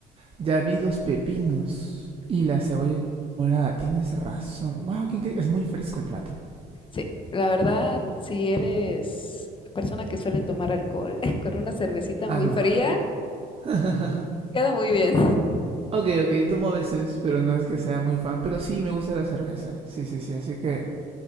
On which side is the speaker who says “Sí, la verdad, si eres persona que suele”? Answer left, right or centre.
Left